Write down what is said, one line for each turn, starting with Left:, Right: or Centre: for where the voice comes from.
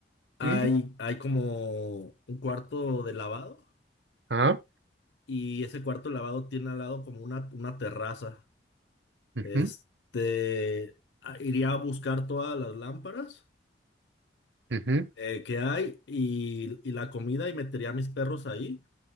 Left: hay,
Right: eh,
Left: hay como un cuarto de lavado
Right: Ajá.
Left: y ese cuarto de lavado tiene al lado como una, una terraza.
Right: ujú,
Left: Este, a- iría a buscar todas las lámparas
Right: ujú,
Left: eh, que hay y, y la comida y metería a mis perros ahí.